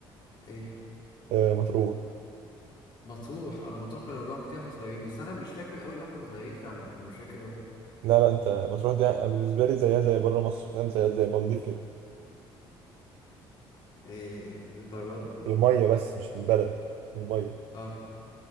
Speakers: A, on the left; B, on the right.
A: ايه
B: آه مطروح
A: مطروح انا مطروح كنا بنروح كتير واحنا صغيرين بس انا مش فاكر قوي ان احنا كنا صغيرين فعلا فانا مش فاكر قوي
B: لا لا انت مطروح دي بالنسبه لي زيها زي بره مصر فاهم زي زي المالديف كده
A: ايه الدرجه دي
B: الميه بس مش البلد الميه
A: اه